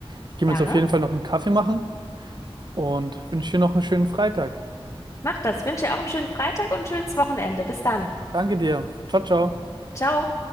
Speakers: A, on the right; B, on the left.
A: Ich gehe
B: Gerne.
A: mir jetzt auf jeden Fall noch einen Kaffee machen und wünsche dir noch einen schönen Freitag.
B: Mach das. Wünsche dir auch einen schönen Freitag und ein schönes Wochenende. Bis dann.
A: Danke dir. Ciao, ciao.
B: Ciao.